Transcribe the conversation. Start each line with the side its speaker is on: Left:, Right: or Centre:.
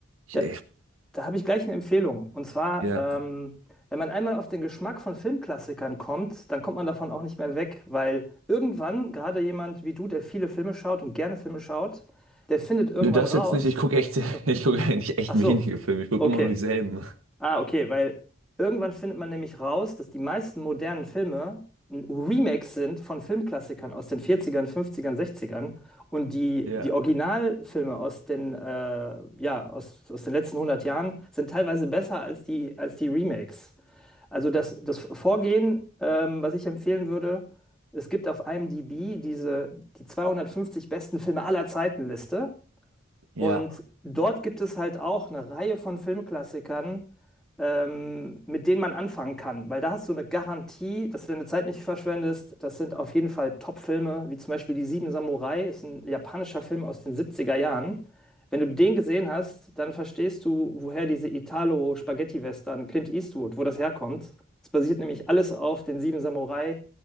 Right: Ich,
Centre: da, da habe ich gleich eine Empfehlung. Und zwar,
Right: ja.
Centre: ähm, wenn man einmal auf den Geschmack von Filmklassikern kommt, dann kommt man davon auch nicht mehr weg, weil irgendwann, gerade jemand wie du, der viele Filme schaut und gerne Filme schaut, der findet irgendwann
Right: Nö, das
Centre: raus.
Right: jetzt nicht. Ich gucke echt,
Centre: Ach so.
Right: <laughs> ich gucke eigentlich echt
Centre: Ach so.
Right: wenige Filme. Ich gucke
Centre: Okay.
Right: immer nur dieselben.
Centre: Ah, okay, weil irgendwann findet man nämlich raus, dass die meisten modernen Filme ein Remake sind von Filmklassikern aus den 40ern, 50ern, 60ern und die,
Right: Ja.
Centre: die Originalfilme aus den, äh, ja, aus, aus den letzten 100 Jahren sind teilweise besser als die, als die Remakes. Also das, das Vorgehen, ähm, was ich empfehlen würde, es gibt auf IMDb diese, die 250 besten Filme aller Zeiten Liste.
Right: Ja.
Centre: Und dort gibt es halt auch eine Reihe von Filmklassikern, ähm, mit denen man anfangen kann, weil da hast du eine Garantie, dass du deine Zeit nicht verschwendest. Das sind auf jeden Fall Top-Filme, wie zum Beispiel Die Sieben Samurai, ist ein japanischer Film aus den 70 Jahren. Wenn du den gesehen hast, dann verstehst du, woher diese Italo-Spaghetti-Western Clint Eastwood, wo das herkommt. Es basiert nämlich alles auf den Sieben Samurai,